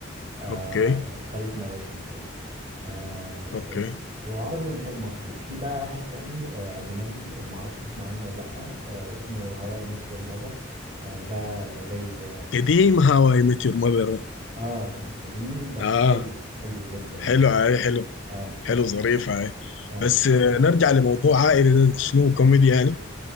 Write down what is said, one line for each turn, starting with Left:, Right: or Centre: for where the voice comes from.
Right: أه
Left: اوكي
Right: تلات مواسم هو أه
Left: اوكي
Right: إن- هو عربي وإنتاج مصري في بقى واحد تاني آه، أجنبي آه، معرفش تسمع عنه ولا لأ أه اسمه هواي ميت يور ماذر ده زي
Left: قديم هاو اي ميت يور ماذر
Right: اه قديم بس
Left: اه
Right: حلو حلو جدا يعني
Left: حلو هاي حلو
Right: اه
Left: حلو ظريف هاي
Right: اه
Left: بس آه، نرجع لموضوع عائلي ده شنو كوميدي يعني